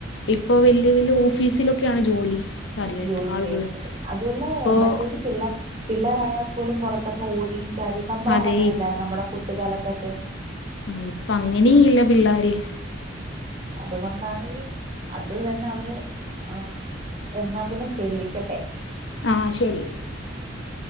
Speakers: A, on the left; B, on the right.
A: ഇപ്പോ വല്ല്യ വല്ല്യ ഓഫീസിലൊക്കെയാണ് ജോലി. കാര്യമായിട്ട്
B: ജോലി
A: ആളുകൾ
B: ചെയ്യുന്നത് അതും അല്ല
A: ഇപ്പോൾ
B: മറ്റേത് പിള്ളേ. പിള്ളരായൽ പോലും പുറത്തൊക്കെ ഓടിയും ചാടിയും നമ്മളൊക്കെ
A: അതെ
B: അങ്ങനെയല്ലാർയന്നോ നമ്മുടെ കുട്ടി കാലത്തൊക്കെ.
A: ആഹ് ഇപ്പ അങ്ങനെയില്ല പിള്ളാര്.
B: അതുകൊണ്ടാണീ അ അത് തന്നെ അവര് ആഹ് എന്നാ പിന്നെ ശരി വെക്കട്ടെ.
A: ആഹ് ശരി.
B: <inaudible>